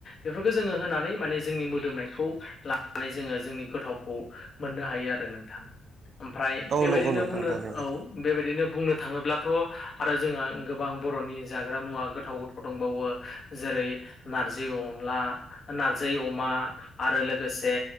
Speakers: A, on the left (about 45°); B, on the right (about 60°).
A: बेफोरखौ जोङो होनानै माने जोंनि मोदोमनायखौ ला नानै जोङो जोंनि गोथावखौ मोननो हायो आरो नोंथां। ओमफ्राय
B: औ
A: बेबायदिनो
B: नंगौ नोंथां
A: बुंनो
B: थारैनो
A: औ। बेबायदिनो बुंनो थाङोब्लाथ' आरो जोंहा गोबां बर'नि जाग्रा मुवा गो थाव गोथाव दंबावो जेरै नारजि अनला नारजै अमा आरो लोगोसे